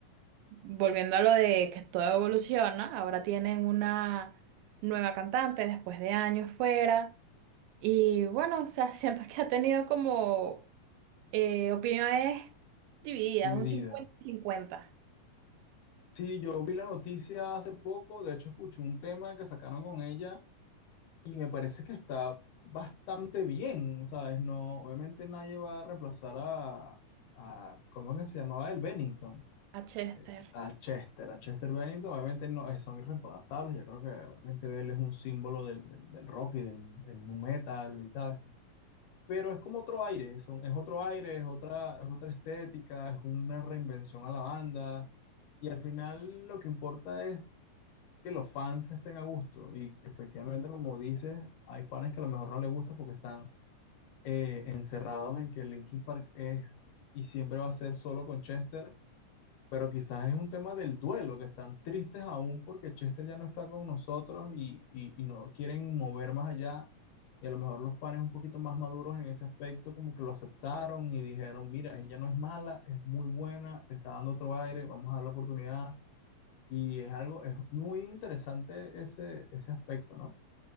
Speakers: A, on the right (about 90°); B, on the left (about 75°).
A: volviendo a lo de que todo evoluciona, ahora tienen una nueva cantante después de años fuera y bueno, o sea, <laughs> siento que ha tenido como eh, opiniones divididas,
B: dividida.
A: un 50 cincuenta
B: Sí, yo vi la noticia hace poco, de hecho escuché un tema que sacaron con ella y me parece que está bastante bien, ¿sabes? No, obviamente nadie va a reemplazar a, ¿cómo es que se llamaba? El Bennington,
A: a Chester.
B: a Chester, a Chester Bennington, obviamente no, eh, son irreemplazables, yo creo que obviamente él es un símbolo del, del, del rock y del, del nu metal, ¿sabes? pero es como otro aire, son, es otro aire, es otra, es otra estética, es una reinvención a la banda y al final lo que importa es que los fans estén a gusto y efectivamente como dices, hay fans que a lo mejor no les gusta porque están eh, encerrados en que Linkin Park es y siempre va a ser solo con Chester pero quizás es un tema del duelo, que están tristes aún porque Chester ya no está con nosotros y, y- y no quieren mover más allá. Y a lo mejor los fans un poquito más maduros en ese aspecto, como que lo aceptaron y dijeron, mira, ella no es mala, es muy buena, le está dando otro aire, vamos a dar la oportunidad. Y es algo, es muy interesante ese, ese aspecto, ¿no?